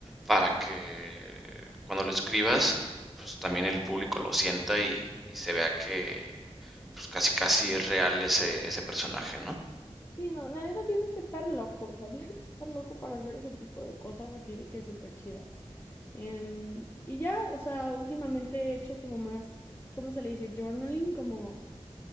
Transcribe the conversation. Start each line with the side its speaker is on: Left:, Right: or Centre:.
Centre: para que cuando lo escribas, pues también el público lo sienta y, y se vea que pues casi casi es real ese, ese personaje, ¿no?
Left: sí, no, la neta tienes que estar loco, o sea, <laughs> tienes que estar loco para hacer ese tipo de cosas así de que súper chidas. Em, y ya, o sea, últimamente he hecho como más, ¿cómo se le dice? Journaling, como